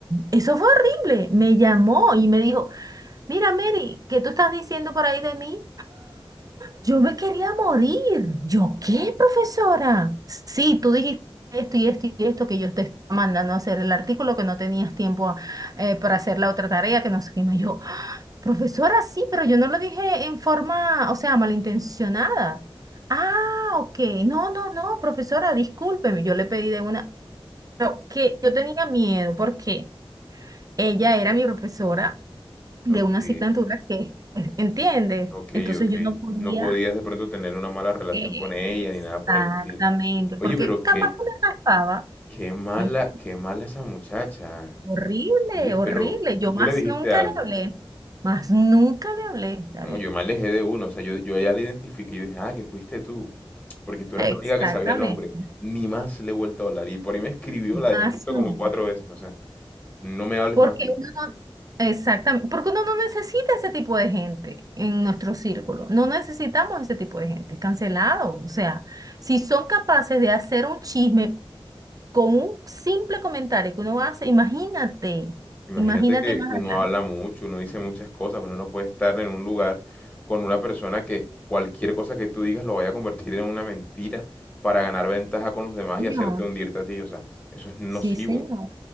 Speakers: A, on the right; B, on the left.
A: eso fue horrible, me llamó y me dijo, mira Mary, ¿qué tú estás diciendo por ahí de mí? Yo me quería morir, ¿yo qué, profesora? Sí, tú dijiste esto y esto y esto que yo te estaba mandando a hacer el artículo, que no tenías tiempo eh, para hacer la otra tarea, que no sé qué más yo. Profesora, sí, pero yo no lo dije en forma, o sea, malintencionada. Ah, ok. No, no, no, profesora, discúlpeme, yo le pedí de una, pero que yo tenía miedo porque ella era mi profesora de
B: Ok,
A: una asignatura que, eh, ¿entiendes?
B: ok,
A: Entonces
B: ok.
A: yo no podía,
B: No podías de pronto tener una mala relación
A: eh,
B: con ella
A: exactamente,
B: ni nada por el estilo.
A: porque
B: Oye, pero
A: capaz
B: qué,
A: que me raspaba.
B: qué mala,
A: ¿entiendes?
B: qué mala esa muchacha.
A: Horrible,
B: Oye,
A: horrible.
B: pero
A: Yo
B: ¿y tú
A: más
B: le dijiste
A: nunca
B: algo?
A: le hablé, más nunca le hablé, David.
B: No, yo me alejé de uno, o sea, yo, yo ya le identifiqué, yo dije, ah, que fuiste tú, porque tú eras
A: Exactamente.
B: la única que sabía el nombre, ni más le he vuelto a hablar, y por ahí me escribió, la dejé
A: Azul.
B: en visto como cuatro veces, o sea, no me hables
A: Porque
B: más nunca.
A: uno no, exactamente, porque uno no necesita ese tipo de gente en nuestro círculo. No necesitamos ese tipo de gente, cancelado. O sea, si son capaces de hacer un chisme con un simple comentario que uno hace, imagínate,
B: Imagínate
A: imagínate
B: que
A: más
B: uno
A: adelante.
B: habla mucho, uno dice muchas cosas, uno no puede estar en un lugar con una persona que cualquier cosa que tú digas lo vaya a convertir en una mentira para ganar ventaja con los demás
A: Señor,
B: y hacerte hundirte a ti, o sea, eso es nocivo.
A: sí, señor.